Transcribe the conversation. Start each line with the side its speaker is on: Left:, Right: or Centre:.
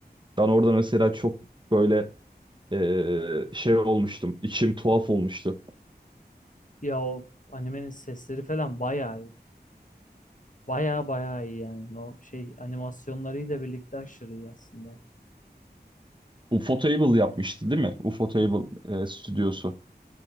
Right: Ben orada mesela çok böyle e, şey olmuştum. İçim tuhaf olmuştu.
Left: Ya o animenin sesleri falan bayağı iyi. Baya baya iyi yani. o şey animasyonlarıyla birlikte aşırı iyi aslında.
Right: Ufotable yapmıştı değil mi? Ufotable e, stüdyosu.